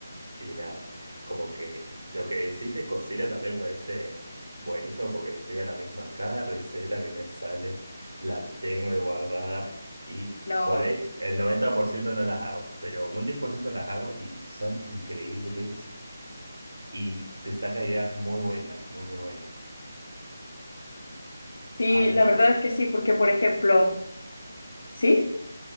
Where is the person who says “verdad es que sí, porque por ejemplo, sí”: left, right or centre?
Left